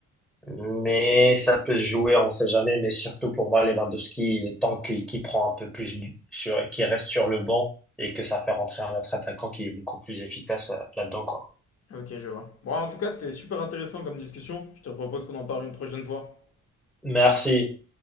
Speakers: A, in the centre; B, on the left.
A: Mais ça peut se jouer, on sait jamais. Mais surtout pour moi, Lewandowski, il est temps qu'il qu'il prend un peu plus du, sur, qu'il reste sur le banc et que ça fait rentrer un autre attaquant qui est beaucoup plus efficace euh, là-dedans, quoi.
B: Ok, je vois. Bon, en tout cas, c'était super intéressant comme discussion. Je te propose qu'on en parle une prochaine fois.
A: Merci.